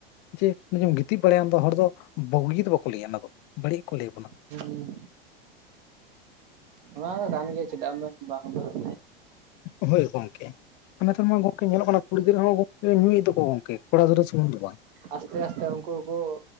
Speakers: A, on the left; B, on the right.
A: ᱡᱮ ᱩᱱᱮ ᱡᱮᱢ ᱜᱤᱛᱤᱡ ᱵᱟᱲᱟᱭᱟᱢ ᱫᱚ ᱦᱚᱲ ᱫᱚ ᱵᱩᱜᱤ ᱫᱚ ᱵᱟᱠᱚ ᱞᱟᱹᱭᱟ ᱚᱱᱟ ᱫᱚ ᱵᱟᱹᱲᱤᱡ ᱠᱚ ᱞᱟᱹᱭ ᱵᱚᱱᱟ᱾
B: ᱦᱩᱸ, ᱚᱱᱟ ᱫᱚ ᱜᱟᱱ ᱜᱮᱭᱟ ᱪᱮᱫᱟᱜ ᱮᱢ ᱢᱮᱱᱟ ᱵᱟᱝ ᱫᱚ ᱾
A: ᱦᱳᱭ ᱜᱚᱝᱠᱮ᱾ ᱟᱨ ᱱᱮᱛᱟᱨ ᱢᱟ ᱜᱚᱝᱠᱮ ᱧᱮᱞᱚᱜ ᱠᱟᱱᱟ, ᱠᱩᱲᱤ ᱜᱤᱫᱽᱟᱹ ᱦᱚᱸ ᱜᱚᱝᱠᱮ ᱧᱩᱭᱮᱫ ᱫᱚᱠᱚ ᱜᱚᱝᱠᱮ ᱠᱚᱲᱟ ᱜᱤᱫᱽᱟᱹ ᱥᱩᱢᱩᱝ ᱫᱚ ᱵᱟᱝ᱾
B: ᱟᱥᱛᱮ ᱟᱥᱛᱮ ᱩᱱᱠᱩ ᱦᱚᱠᱚ ᱠᱚ